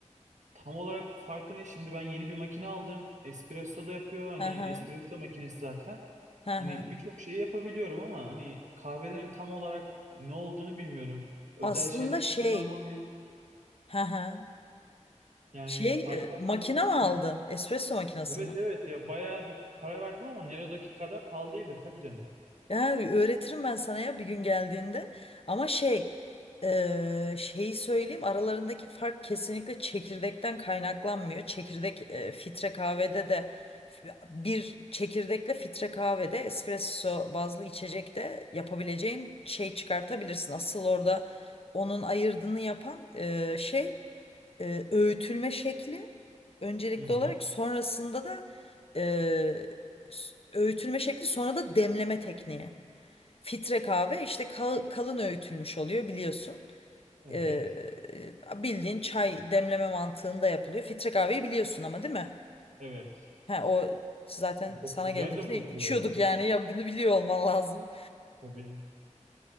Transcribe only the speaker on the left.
hı hı,
hı
hı.
Aslında
şey,
hı hı.
Şey,
e, makine
mi aldın?
Espresso makinesi
mi?
Ya öğretirim ben sana ya bir gün geldiğinde. Ama şey, eee, şeyi söyleyeyim aralarındaki fark kesinlikle çekirdekten kaynaklanmıyor. Çekirdek eee, filtre kahvede de f- bir çekirdekle filtre kahvede espresso bazlı içecekte yapabileceğin şey çıkartabilirsin. Asıl orada onun ayırdığını yapan eee, şey eee, öğütülme şekli öncelikli
olarak sonrasında da eee, s- öğütülme şekli sonra da demleme tekniği. Fitre kahve işte kal- kalın öğütülmüş oluyor biliyorsun.
Ee, bildiğin çay demleme mantığında yapılıyor. Fitre kahveyi biliyorsun ama değil mi?
He, o zaten
sana
geldiğimizde
içiyorduk
yani ya bunu biliyor olman lazım.